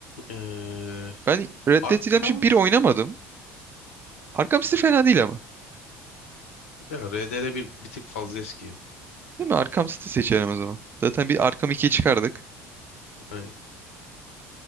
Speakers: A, on the left (about 85°); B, on the right (about 30°).
A: Ee,
B: Ben Red
A: Arkham
B: Dead Redemption bir oynamadım. Arkham City fena değil ama.
A: ya RDR bir bir tık fazla eski.
B: Değil mi? Arkham City seçelim o zaman. Zaten bir Arkham 2'yi çıkardık.
A: Aynen.